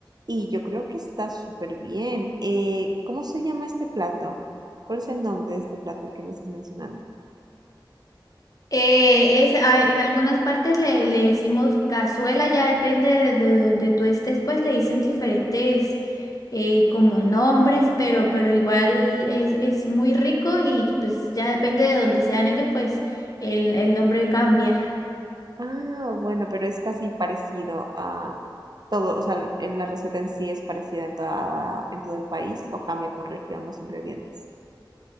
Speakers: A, on the right; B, on the left.
A: y yo creo que está súper bien. Eh, ¿cómo se llama este plato? ¿Cuál es el nombre de este plato que me estás mencionando?
B: Eh, es, a- en algunas partes le, le decimos cazuela, ya depende de, de donde tú estés, pues le dicen diferentes eh, como nombres, pero,
A: Ujú.
B: pero igual es, es muy rico y pues ya depende de donde sean ellos, pues el, el nombre cambia.
A: Ah, bueno, pero es casi parecido a todo, o sea, en la receta en sí es parecida en toda, en todo el país o cambia por región los ingredientes.